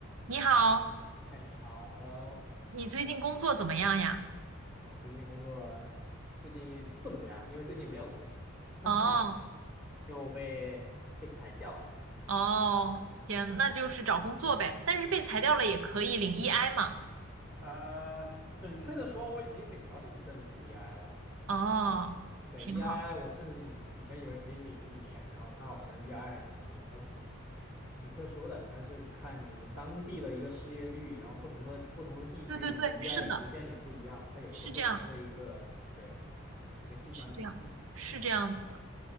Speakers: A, on the right; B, in the centre.
A: 你好，
B: 哎，你好，Hello，
A: 你最近工作怎么样呀？
B: 哦，最近工作最近不怎么样，因为最近没有工作，<laughs> 哈哈，
A: 哦
B: 因为我被被裁掉了。
A: 哦，天，那就是找工作呗，但是被裁掉了也可以领
B: 对，
A: EI 嘛。
B: 呃，准确的说，我已经领了一阵子 EI 了。
A: 哦，
B: 对，EI
A: 挺好。
B: 我甚至以以前以为可以领一年，然后它好像 EI 还挺别，还挺挺特殊的，它是看你当地的一个失业率，然后不同的不同的地区领的
A: 对对对，
B: EI
A: 是的，
B: 的时间也不一样，它有一个不同的一个对
A: 是这样，
B: 一个计算因素。
A: 是这样，是这样子的。